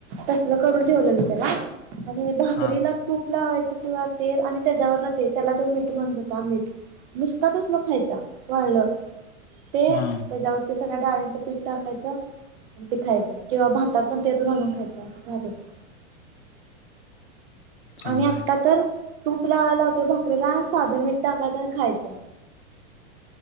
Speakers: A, on the right; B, on the left.
A: तसल करून ठेवलेलं त्याला. आणि भाकरीला
B: हा
A: तूप लावायचं किंवा तेल आणि त्याच्यावर न ते त्याला ते मीठ म्हणत होत मीठ. नुसताच तसलच खायचा वाळलं. ते
B: हा
A: त्याच्यावरती सगळ्या डाळीचं पीठ टाकायचं. आणि ते खायचं किंवा भात पण तेच घालून खायचं असं खात होतं.
B: चांगला
A: आणि आत्ता
B: आहे.
A: तर तूप लावायला होतें भाकरीेला साधं मीठ टाकायचं आणि खायचं.